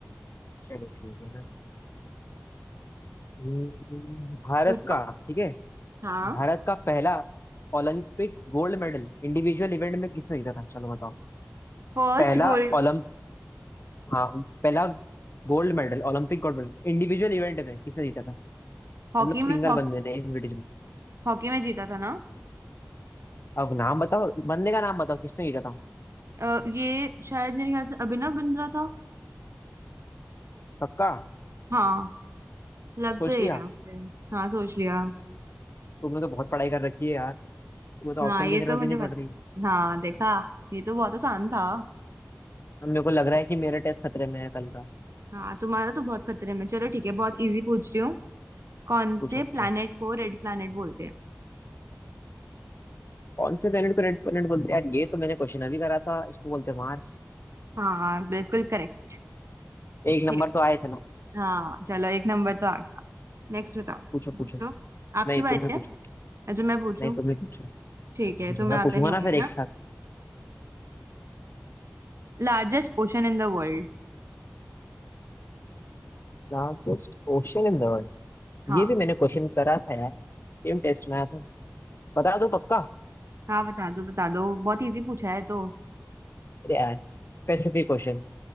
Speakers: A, on the left; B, on the right.
A: चलो ठीक है ना हम्म, भारत
B: पूछो
A: का ठीक है
B: हाँ
A: भारत का पहला Olympic gold medal individual event में किसने जीता था चलो बताओ
B: First
A: पहला
B: gold
A: ओलंप हाँ पहला gold medal Olympic gold medal individual event में किसने जीता था मतलब
B: हॉकी में
A: सिंगल
B: हॉकी
A: बंदे ने इंडिविजुअल
B: हॉकी में जीता था ना
A: अब नाम बताओ बंदे का नाम बताओ किसने जीता था
B: अ, ये शायद मेरे ख्याल से अभिनव बिंद्रा था
A: पक्का
B: हाँ लग
A: सोच
B: तो यही
A: लिया
B: रहा है मुझे हाँ सोच लिया
A: तुमने तो बहुत पढ़ाई कर रखी है यार तुम्हें तो
B: हाँ
A: ऑप्शन
B: ये
A: की जरूरत
B: तो मुझे
A: ही नहीं पड़
B: पता
A: रही है।
B: हाँ देखा ये तो बहुत आसान था
A: अब मेरे को लग रहा है कि मेरा टेस्ट खतरे में है कल का
B: हाँ तुम्हारा तो बहुत खतरे में चलो ठीक है बहुत इजी पूछ रही हूँ कौन
A: पूछो
B: से प्लैनेट
A: पूछो
B: को रेड प्लैनेट बोलते हैं
A: कौन से प्लेनेट को रेड प्लेनेट बोलते हैं यार ये तो मैंने क्वेश्चन अभी करा था इसको बोलते हैं मार्स
B: हाँ बिल्कुल करेक्ट
A: एक
B: ठीक
A: नंबर तो आए चलो
B: हाँ चलो एक नंबर तो आ गया नेक्स्ट बताओ
A: पूछो पूछो
B: पूछो आपकी
A: नहीं
B: बारी
A: तुम्हें पूछो
B: है अच्छा मैं पूछूं
A: नहीं तुम ही पूछो पूछो,
B: ठीक है तुम्हें
A: मैं
B: आते
A: पूछूंगा
B: नहीं
A: ना
B: होंगे
A: फिर एक
B: ना
A: साथ
B: Largest ocean in the world
A: Largest ocean in the world
B: हाँ
A: ये भी मैंने क्वेश्चन करा था यार सेम टेस्ट में आया था बता दो पक्का
B: हाँ बता दो बता दो बहुत इजी पूछा है तो
A: अरे यार पैसिफिक ओशन